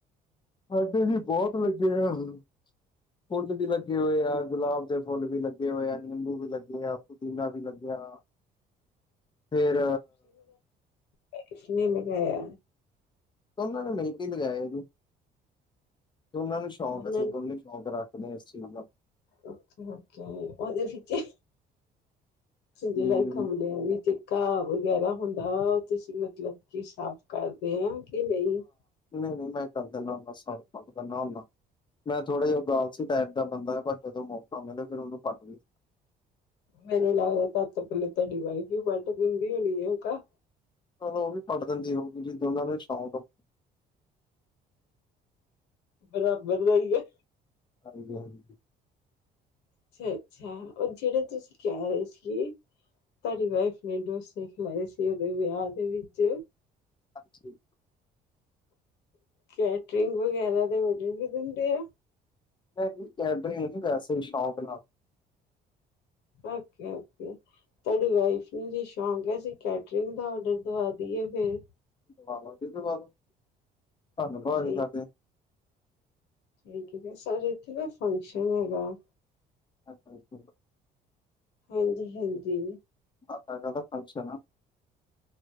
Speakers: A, on the left; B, on the left.
A: ਸਾਡੇ ਵੀ ਬੋਤ ਲੱਗੇ ਆ ਹੁਣ, ਫੁੱਲ ਵੀ ਲਗੇ ਹੋਏ ਆ ਗੁਲਾਬ ਦੇ ਫੁੱਲ ਵੀ ਲਗੇ ਹੋਏ ਆ, ਨਿਬੂ ਵੀ ਲਗੇ ਆ। ਪੁਦੀਨਾ ਵੀ ਲਗਿਆ, ਫਿਰ
B: ਏ ਕੀਸਨੇ ਲੈਗਾਆ।
A: ਦੋਨਾਂ ਨੇ ਮਿਲ ਕੇ ਲਗਾਇਆ ਜੀ, ਦੋਨਾਂ
B: ਉਹਨਾਂ
A: ਨੂੰ ਸ਼ੌਕ ਸੀ ਦੋਨੇ ਸ਼ੌਖ ਰੱਖਦੇ ਆ ਇਸ ਚੀਜ਼ ਦਾ।
B: ਓਕੇ-ਓਕੇ ਓਦੇ ਵਿੱਚੇ, ਜਿਹੜਾ
A: ਹਮ
B: ਗਮਲਿਆਂ ਵਿੱਚੇ ਘਾਹ ਵਗੈਰਾ ਹੁੰਦਾ ਵ ਤੁਸੀਂ ਮੱਤਲਬ ਕੀ ਸਾਫ਼ ਕਰਦੇ ਆ ਕਿ ਨਈ
A: ਨਈ-ਨਈ ਮੈਂ ਕਰ ਦਿੰਦਾ ਹੋਂਦਾ ਸਾਫ ਪੱਗ ਦਾ ਨਾ ਹੋਂਦਾ। ਮੈ ਥੋੜਾ ਜਿਹਾ ਆਲਸੀ ਟਾਈਪ ਦਾ ਬੰਦਾ ਪਰ ਜਦੋ ਮੌਕਾ ਮਿਲੇ ਫੇਰ ਉਹਨੂੰ ਕਰ ਲ-
B: ਮੈਨੂੰ ਲੱਗਦਾ ਪਹਿਲੇ ਤੁਹਾਡੀ ਵਾਈਫ ਹੀ ਬਟ ਕਰ ਦਿੰਦੀ ਹੋਣੀ ਹੈ ਕ-
A: ਚਲ ਉਹ ਵੀ ਕਟ ਦਿੰਦੀ ਹੋਊਗੀ ਜਦੋ ਦੋਨਾਂ ਨੂੰ ਸ਼ੌਂਕ-
B: ਬਰਾ ਬ <unintelligible> ਰਦਾ ਗ
A: ਹਾਂਜੀ-ਹਾਂਜੀ।
B: ਅੱਛਾ- ਅੱਛਾ ਉਹ ਜਿਹੜੇ ਤੁਸੀਂ ਕਹਿ ਰਹੇ ਸੀ। ਤੁਹਾਡੀ ਵਾਈਫ ਨੇ ਡੋਸੇ ਖਿਲਾਏ ਸੀ ਉਹਦੇ ਵਿਆਹ ਦੇ ਵਿੱਚ।
A: ਹਾਂਜੀ।
B: ਕੈਟਰਿੰਗ ਵਗੈਰਾ ਦੇ ਔਡਰ ਵੀ ਦਿੰਦੇ ਆ।
A: ਕੈਡਰਿਗ ਨਹੀਂ ਵੈਸੇ ਹੀ ਸ਼ੌਕ ਨਾਲ।
B: ਓਕੇ-ਓਕੇ। ਤੁਹਾਡੀ ਵਾਈਫ ਨੂੰ ਜ ਸ਼ੌਂਕ ਹੈ ਅਸੀਂ ਕੈਟਰਿੰਗ ਦਾ ਔਡਰ ਦਵਾ ਦੀਏ ਫੇਰ।
A: ਦਵਾਦੋ ਫੇਰ ਦਵਾਦੋ, ਧੰਨ ਭਾਗ
B: ਠੀਕ
A: ਸਾਡੇ।
B: ਠੀਕ ਹੈ ਜੀ, ਸਾਡੇ ਇੱਥੇ ਨਾ ਫੰਕਸ਼ਨ ਹੈਗਾ।
A: ਅੱਛਾ -ਅੱਛਾ।
B: ਹਾਂਜੀ -ਹਾਂਜੀ।
A: ਤੁਹਾਡਾ ਕਾਦਾ ਫਨਸ਼ਨ ਆ।